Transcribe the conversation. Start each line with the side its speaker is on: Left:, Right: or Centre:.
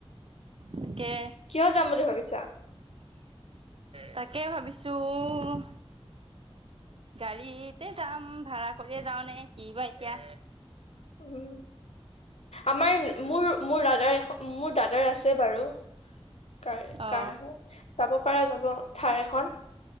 Right: তাকে
Left: কিয় যাম বুলি ভাবিছা?
Right: তাকেই ভাবিছোঁ। গাড়ীতে যাম। ভাড়া কৰিয়ে যাও নে কি বা এতিয়া।
Left: উম, আমাৰ মোৰ মোৰ দাদাৰ এখ মোৰ দাদাৰ আছে বাৰু। কাৰ
Right: অ
Left: কাৰ হয়, যাব পাৰা যাব থাৰ এখন।